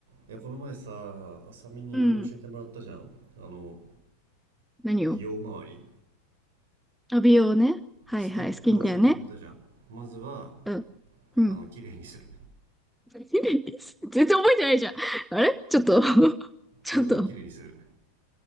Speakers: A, on the right; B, in the centre.
A: いやこの前さあさみにいろいろ教えてもらったじゃんあの
B: うん。何を
A: 美容周り
B: あ、美容ね。はいはい。
A: ステップを教えてくれたじゃんまずは
B: スキンケアね。うん。うん。
A: あの綺麗にする
B: <laughs> 全然覚えてないじゃん。あれちょっと <laughs> ちょっと、
A: まずは綺麗にする